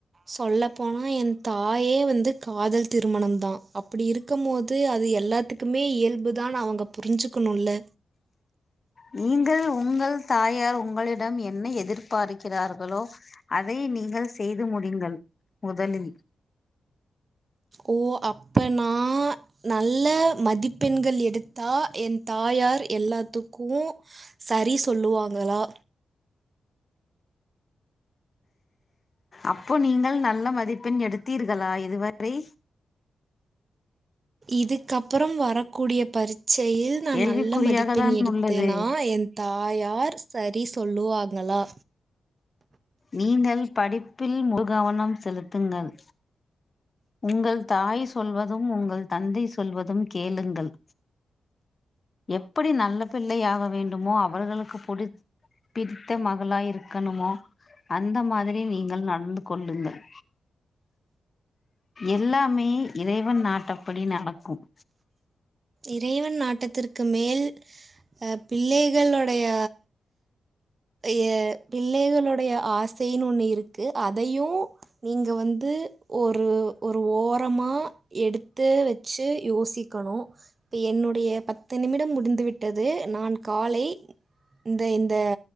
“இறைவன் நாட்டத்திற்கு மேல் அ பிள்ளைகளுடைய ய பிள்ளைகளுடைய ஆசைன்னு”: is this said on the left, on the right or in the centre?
Right